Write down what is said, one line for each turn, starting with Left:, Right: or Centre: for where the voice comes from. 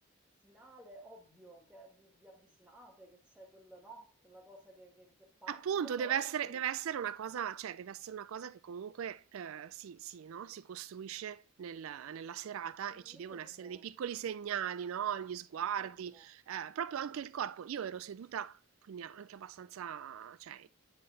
Centre: finale, ovvio, che vi, vi avvicinate, che c'è quella, no? Quella cosa che, che- che parte,
Right: Appunto,
Centre: allora
Right: deve essere
Centre: sì,
Right: deve essere una cosa cioè, deve essere una cosa che comunque, ehm, si si no, si costruisce nel nella serata
Centre: un
Right: e ci
Centre: minimo,
Right: devono essere dei piccoli segnali, no,
Centre: eh,
Right: gli sguardi,
Centre: un minimo.
Right: ehm, proprio anche il corpo. Io ero seduta, quindi anche abbastanza cioè,